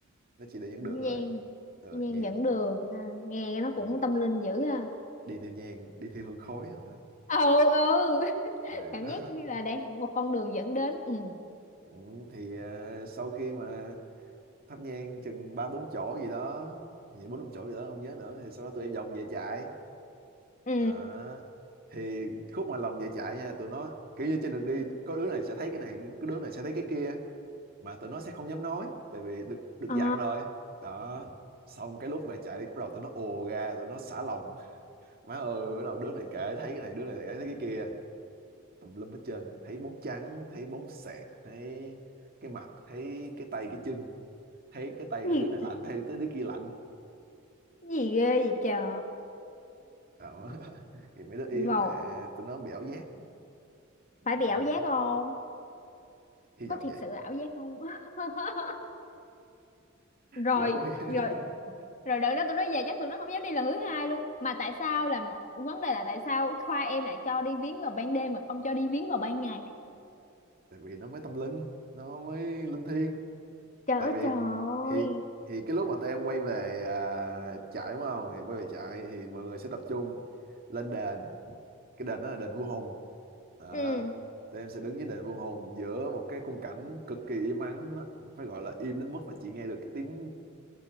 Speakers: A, on the right; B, on the left.
A: nó chỉ để dẫn đường
B: nhan
A: thôi ờ,
B: nhan
A: nhàn
B: dẫn đường à, nghe nó
A: Đúng
B: cũng tâm linh dữ ha
A: đi theo nhang đi theo hương khói rồi đó
B: ừ ừ <laughs>
A: ừ
B: cảm
A: đó
B: giác như là đang một con đường dẫn đến ừ
A: <laughs> ừ, thì à, sau khi mà thắp nhang chừng ba bốn chỗ gì đó thì bốn năm chỗ gì đó không nhớ nữa thì sau đó tụi em vòng về chạy
B: ừ
A: Đó. thì khúc mà lòng về chạy nha tụi nó kiểu như trên đường đi có đứa này sẽ thấy cái này có đứa này sẽ thấy cái kia mà tụi nó sẽ không dám nói tại vì được được
B: ờ
A: dặn rồi đó xong cái lúc về chạy bắt đầu tụi nó ồ ra tụi nó xả lòng má ơi bắt đầu đứa này kể thấy cái này đứa này kể thấy cái kia tùm lum hết trơn thấy bóng trắng thấy bóng sẹt thấy cái mặt thấy cái tay cái chân thấy cái tay
B: gì
A: này đứa này lạnh thấy tới đứa kia lạnh
B: gì ghê vậy trời
A: đó. <laughs> thì mấy đứa yếu
B: ngộ
A: mà tụi nó bị ảo giác
B: phải
A: ừ.
B: bị ảo giác không
A: hy
B: có
A: vọng
B: thiệt
A: vậy
B: sự ảo giác không <laughs> rồi
A: tụi nó cũng hy-
B: rồi
A: <laughs>
B: rồi đợt đó tụi nó về chắc tụi nó không dám đi lần thứ hai luôn mà tại sao là một vấn đề là tại sao khoa em lại cho đi viếng vào ban đêm mà không cho đi viếng vào ban ngày
A: tại vì nó mới tâm linh nó mới linh thiêng
B: Trời
A: tại
B: ơi
A: vì
B: trời
A: thì
B: ơi.
A: thì cái lúc mà tụi em quay về à, trại đúng không thì quay về trại thì mọi người sẽ tập trung lên đền cái đền đó là đền vua Hùng Đó.
B: ừ
A: Tụi em sẽ đứng với đền vô hồn giữa một cái khung cảnh cực kỳ im ắng nó cũng phải gọi là im đến mức mà chị nghe được cái tiếng